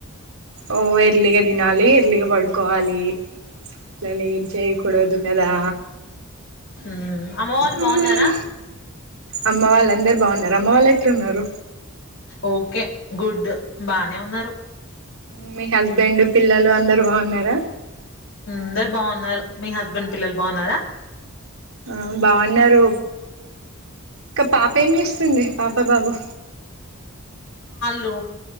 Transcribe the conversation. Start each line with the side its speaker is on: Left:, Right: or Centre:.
Right: ఓ ఎర్లిగా తినాలి ఎర్లిగ పడుకోవాలి అట్లజ జయి కుడోదు కదా
Left: ఉం అమ్మ వాళ్ళు
Right: మ్మ్.
Left: బాగున్నారా
Right: అమ్మ వాళ్ళ అందరు బాగున్నారు అమ్మ వాళ్ళు ఎట్లున్నారు
Left: ఓకే గుడ్ బానే ఉన్నారు
Right: మీ హస్బెండ్ పిల్లలు అందరు బాగున్నారా
Left: అందరు బాగున్నారు మీ హస్బెండ్ పిల్లలు బాగున్నారా
Right: ఆ బాగున్నారు ఇంకా పాప ఏం చేస్తుంది పాప ప్ప బాబు
Left: ఇడు